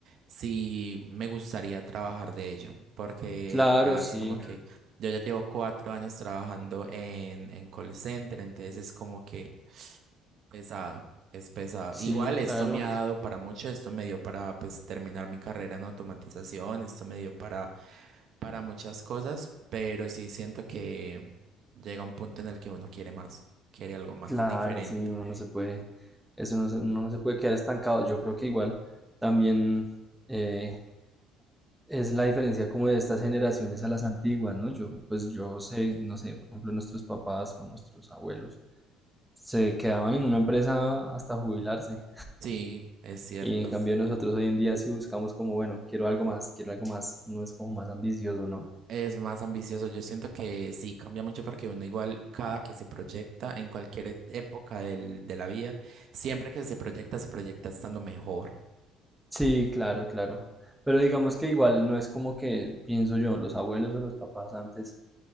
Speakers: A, on the right; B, in the centre.
A: sí me gustaría trabajar de ello, porque
B: Claro,
A: ya
B: sí,
A: es como que yo ya llevo cuatro años trabajando en, en call center, entonces es como que Pesado, es pesado.
B: sí,
A: Igual
B: claro,
A: esto me ha dado para mucho, esto me dio para pues terminar mi carrera en automatización, esto me dio para para muchas cosas, pero sí siento que llega un punto en el que uno quiere más, quiere algo más
B: claro,
A: diferente.
B: sí, uno no se puede, eso no se, uno no se puede quedar estancado. Yo creo que igual también eh, es la diferencia como de estas generaciones a las antiguas, ¿no? Yo, pues
A: <laughs>
B: yo sé, no sé, por ejemplo, nuestros papás o nuestros abuelos se quedaban en una empresa hasta jubilarse.
A: Sí, es cierto.
B: Y en cambio nosotros hoy en día sí buscamos como, bueno, quiero algo más, quiero algo más, no es como más ambicioso, ¿no?
A: Es más ambicioso. Yo siento que sí cambia mucho porque uno igual cada que se proyecta en cualquier e- época del- de la vida, siempre que se proyecta, se proyecta estando mejor.
B: Sí, claro, claro. Pero digamos que igual no es como que, pienso yo, los abuelos o los papás antes